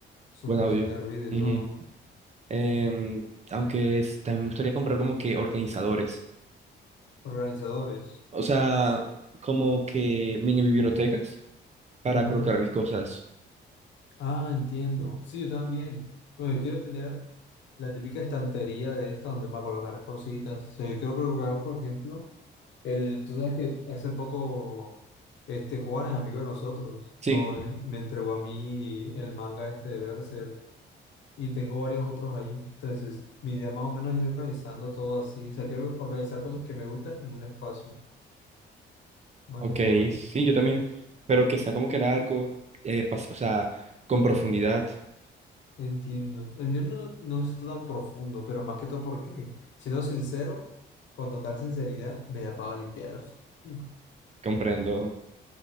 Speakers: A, on the left; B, on the right.
A: suspensión
B: Buen audio.
A: de ruido y
B: Ujú.
A: todo.
B: Em, aunque es- también me gustaría comprar como que organizadores.
A: Organizadores.
B: O sea, como que mini bibliotecas para
A: Ujú.
B: colocar mis cosas.
A: Ah, entiendo. Sí, yo también. Bueno, yo quiero tener la típica estantería de esta donde va a colocar cositas. O sea, yo quiero colocar, por ejemplo, el, tú sabes que hace poco este Juan es amigo de nosotros.
B: Sí.
A: No, en- me entregó a mí el manga este de Berserk y tengo varios otros ahí. Entonces, mi idea más o menos es ir organizando todo así. O sea, quiero organizar cosas que me gustan en un espacio, más
B: Ok,
A: que todo eso.
B: sí, yo también, pero que sea como que largo, eh, espacio- o sea, con profundidad,
A: Entiendo. El mío no, no es tan profundo, pero más que todo porque, siendo sincero, con total sinceridad, me da pava limpiarlo. <laughs>
B: comprendo.